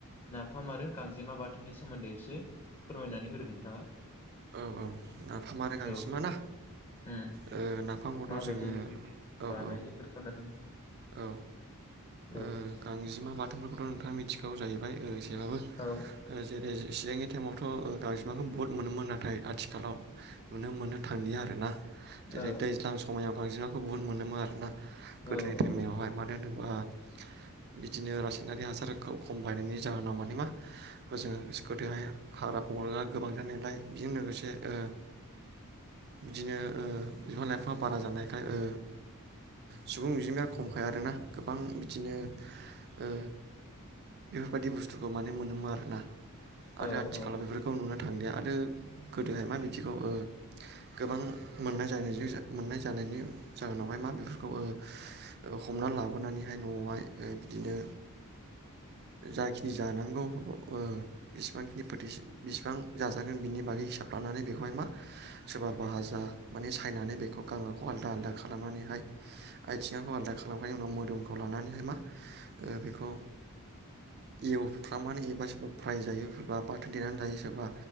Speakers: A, on the left (about 25°); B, on the right (about 45°).
A: नाफाम आरो गांजेमा बाथोननि सोमोन्दै एसे फोरमायनानै होदों नोंथाङा।
B: औ औ नाफामा आरो गांजेमा
A: औ
B: ना
A: उम
B: ओ नाफाम नाफामखौथ'
A: माबायदि
B: जोङो औ
A: बानायो
B: औ
A: बेफोरखौ खोन्थानानै
B: औ
A: औ
B: ओ गांजेमा बाथोनफोरखौथ' नोंथाङा मिथिखागौ जाहैबाय। जबाबबो
A: औ
B: जेरै चिरांनि टाइमाव थ' गांजोबमाखौ बहुद मोनोमोन आरो ओमफ्राय आथिखालाव नुनो मोननो थांलिया आरोना जेरै
A: औ
B: दैज्लां समायाव गांजेमा बुहुद मोनोमोन ओ गोदोनि
A: औ औ
B: टाइमावहाय मानो होनोबा ओ बिदिनो रासायनारि हासारखौ खम बायनायनि जाहोनाव माने मा होजों सकुटियावहाय हाग्रा बंग्रा गोबां जानायलाय खनसे ओ बिदिनो ओ बिफां लाइफाङा बारा जानायखाय ओ सुबुं अनजिमाया खमखाय आरोना गोबां बिदिनो ओ
A: <inaudible>
B: बेफोरबायदि बुस्थुखौ माने मोनोमोन आरोना।
A: औ
B: आरो आथिखालाव
A: औ
B: बेफोरखौ नुनो थांलिया आरो गोदोहाय मा बिदिखौ ओ गोबां मोननाय जाहैबाय जे जो मोन्नाय जानायनि जों नुबाय मा बेफोरखौ ओ ओ हमनानै लाबोनानैहाय न'आवहाय ओ बिदिनो जाखिनि जानांगौ ओ बेसेबां खिनि फोथै बेसेबां जाजागोन बिनि बागै हिसाब लानानै बेखौहाय मा सोरबा भाजा माने सायनानै बेखौ गांगोखौ आलादा आलदा खालामनानैहाय आथिङाखौ आलदा खालामखांनायनि उनाव मोदोमखौ लानानैहाय मा ओ बेखौ एव फ्रामनानै एबा साव फ्राय जायो सोरबा बाथोन देनानै जायो सोरबा